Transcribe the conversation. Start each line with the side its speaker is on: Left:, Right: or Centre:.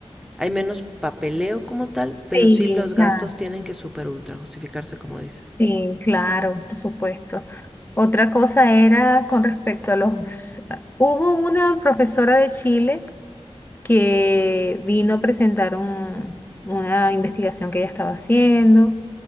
Centre: hay menos papeleo como tal, pero
Left: Sí,
Centre: sí los gastos
Left: claro.
Centre: tienen que super ultra justificarse, como dices.
Left: Sí, claro, por supuesto. Otra cosa era con respecto a los... a- Hubo una profesora de Chile que vino a presentar un- una investigación que ella estaba haciendo.